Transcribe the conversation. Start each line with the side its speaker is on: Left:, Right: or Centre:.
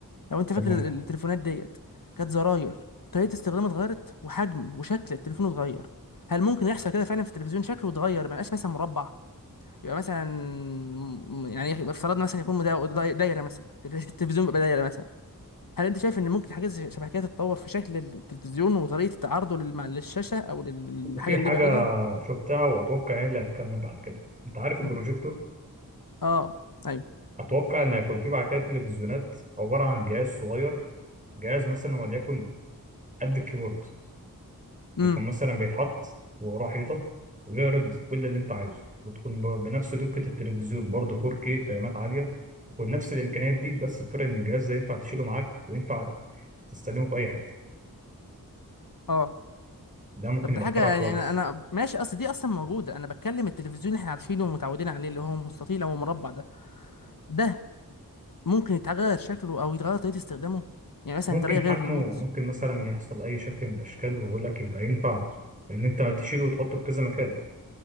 Left: لو انت فاكر
Right: تمام
Left: التليفونات ديت كانت زراير طريقه استخدامها اتغيرت وحجم وشكل التليفون اتغير هل ممكن يحصل كده فعلا في التلفزيون شكله اتغير ما يبقاش مثلا مربع يبقى مثلا م- يعني يخ- افترضنا مثلا يكون مدا- داي- دايره مثلا <laughs> التلفزيون بيبقى دايره مثلا هل انت شايف ان ممكن حاجات زي- شبه كده تتطور في شكل التلفزيون وطريقه تعرضه للمع- للشاشه او للحاجه
Right: في
Left: اللي
Right: حاجة
Left: بيعرضها
Right: شفتها وأتوقع هي اللي هتكمل بعد كده أنت عارف
Left: مم.
Right: البروجيكتور
Left: اه ايوه
Right: أتوقع إن هيكون فيه بعد كده تلفزيونات عبارة عن جهاز صغير جهاز مثلا وليكن قد الكيبورد
Left: امم
Right: يكون مثلا بيتحط وراه حيطة ويعرض كل اللي أنت عايزه وتكون ب- بنفس دقة التلفزيون برضه 4K فريمات عالية يكون نفس الامكانيات دي بس الفرق ان الجهاز ده ينفع تشيله معاك وينفع تستخدمه في أي حتة
Left: اه
Right: ده ممكن
Left: طب ده
Right: يبقى
Left: حاجه
Right: اختراع
Left: يعني
Right: كويس
Left: انا انا ماشي اصل دي اصلا موجوده انا بتكلم التلفزيون اللي احنا عارفينه ومتعودين عليه اللي هو مستطيل او مربع ده ده ممكن يتغير شكله او يتغير طريقه استخدامه يعني مثلا
Right: ممكن
Left: طريقه غير
Right: حجمه
Left: الريموت
Right: ممكن مثلا يحصل أي شكل من الأشكال ويقول لك يبقى ينفع إن أنت تشيله وتحطه في كذا مكان